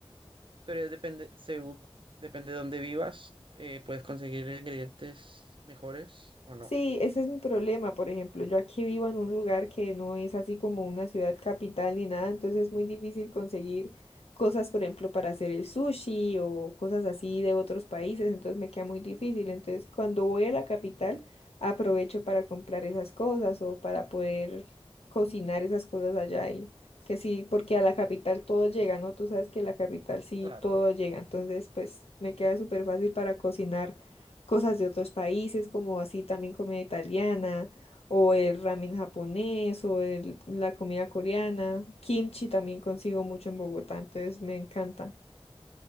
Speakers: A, on the right (about 55°); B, on the left (about 80°).
A: pero depende, según, depende de dónde vivas, eh, puedes conseguir ingredientes mejores o no.
B: Sí, ese es mi problema, por ejemplo. Yo aquí vivo en un lugar que no es así como una ciudad capital ni nada, entonces es muy difícil conseguir cosas, por ejemplo, para hacer el sushi o cosas así de otros países, entonces me queda muy difícil. Entonces, cuando voy a la capital, aprovecho para comprar esas cosas o para poder cocinar esas cosas allá y que sí, porque a la capital todo llega, ¿no? Tú sabes que a la capital sí
A: Claro.
B: todo llega, entonces pues me queda súper fácil para cocinar cosas de otros países, como así también comida italiana, o el ramen japonés, o el- la comida coreana. Kimchi también consigo mucho en Bogotá, entonces me encanta.